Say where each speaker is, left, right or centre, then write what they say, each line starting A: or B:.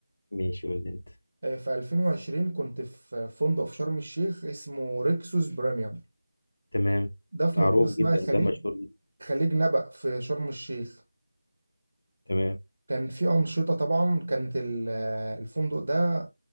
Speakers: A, on the left (about 55°); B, on the right (about 65°).
A: ماشي قول لي انت
B: آه، في 2020 كنت في فندق في شرم الشيخ اسمه ريكسوس بريميوم
A: تمام
B: ده في
A: معروف
B: منطقة اسمها
A: جدا
B: خليج
A: ده مشهور جدا
B: خليج نبأ في شرم الشيخ
A: تمام
B: كان في أنشطة طبعا كانت ال- آه، الفندق ده